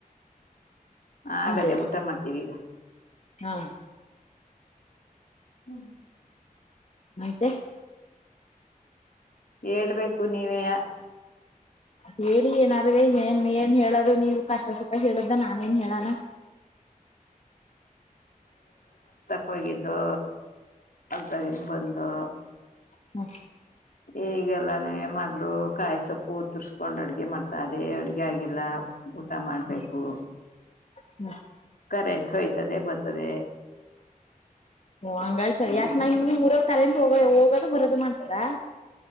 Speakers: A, on the left; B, on the left.
A: ಹ ಹಾಗಗದೆೇ
B: ಅದೇ
A: ಊಟ ಮಾಡ್ತೀವಿ ಈಗ
B: ಹಾ
A: ಹ್ಮ್
B: ಆಯತ
A: ಹೇಳ್ಬೇಕು ನೀವೇ
B: ಹ್ಮ ಿಯ ಅುವ ಮೇನ್ಮೆಯ ನ್ ಹೇಳದು ನೀವು ಕಷ್ಟ ಸುಖ ಹೇಳುದ್ದ ನಾನೇನ್ ಹೇಳಣ
A: ಒಪ್ಪದು ಅದ ನ್ ಬಂದು
B: ಹ್ಮ
A: ಈಗೆಲ್ಲಾನೇ ಮಗಳು ಕಾಯಿ ಸೊಪ್ಪು ಉತ್ರ್ಸ್ಕೊಂಡ್ ಅಡ್ಗೆ ಮಾಡ್ತ ಅದೇ ಅಡ್ಗೆ ಆಗಿಲ್ಲ ಊಟ ಮಾಡ್ಬೇಕು
B: ಹ್ಮ್ ಹ್ಮ್
A: ಕರೆಂಟ್ ೋಯ್ತದೆ ಬರ್ತದೆ
B: ಓ ಹಂಗಾಯ್ತಾರೆ
A: ಇನ್ನೇನು
B: ಯಾಕ ನೈನ್ ಮುಂದ ಮೂರ ತಲೆಟ್ ಹೋಗ ಹೋಗೋದು ಬರದು ಮಾಡ್ತಾರಾ